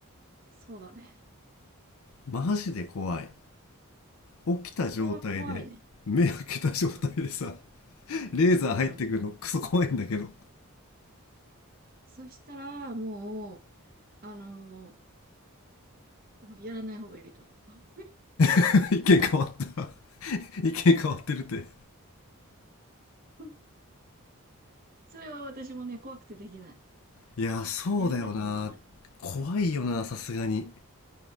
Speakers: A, on the right; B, on the left.
A: そうだね。
B: マジで怖い。起きた状態で、
A: それは怖いね。
B: 目開けた状態でさ、
A: うん。
B: レーザー入ってくるのクソ怖いんだけど。
A: うん。そしたら、もう、あのーうんやらない方がいいと思う。
B: <laughs> 意見変わった。<laughs> 意見変わってるって。
A: <laughs> うんそれは私もね、怖くてできない。
B: いや、そうだよな。
A: やりたいと思わない。
B: 怖いよな、
A: うん。
B: さすがに。